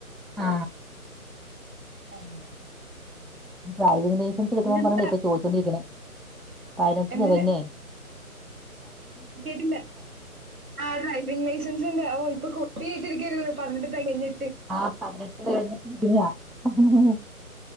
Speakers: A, in the centre; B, on the right (about 70°).
A: ആ
B: <unintelligible>
A: ഡ്രൈവിംഗ് ലൈസൻസ് എടുക്കണം
B: എന്തിനാ
A: പറഞ്ഞോണ്ട ഇപ്പോ ചോയ്ച്ചോണ്ടിരിക്കണേ പതിനെട്ട്
B: എന്തിന്
A: തെകഞ്ഞേ
B: കേട്ടില്ല ആ ഡ്രൈവിംഗ് ലൈസൻസ് ഉണ്ട് ഓ ഇപ്പൊ കൊതിയായിട്ടിരിക്കയായിരിക്കും പതിനെട്ട് തെകഞ്ഞി
A: ആഹ് പതിനെട്ട് തെയഞ്ഞിട്ട് <unintelligible>